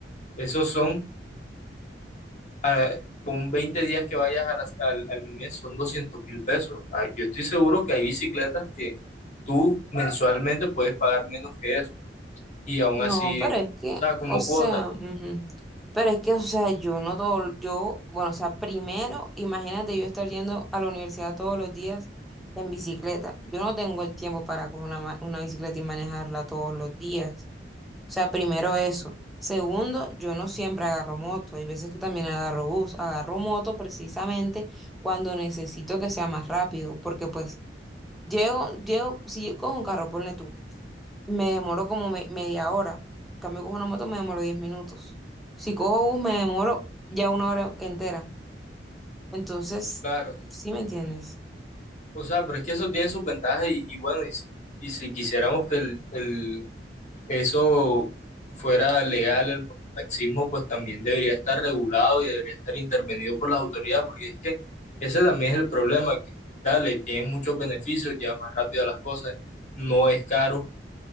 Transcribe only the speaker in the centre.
No,
pero es que,
o sea,
ujú. Pero es que, o sea, yo no todo, yo, bueno, o sea, primero, imagínate yo estar yendo a la universidad todos los días en bicicleta. Yo no tengo el tiempo para coger una, ma- una bicicleta y manejarla todos los días. O sea, primero eso. Segundo, yo no siempre agarro moto. Hay veces que también agarro bus. Agarro moto precisamente cuando necesito que sea más rápido, porque pues Llego, llego, si yo cojo un carro, ponle tú, me demoro como me- media hora. En cambio, cojo una moto, me demoro 10 minutos. Si cojo bus, me demoro ya una hora entera. Entonces,
¿sí me entiendes?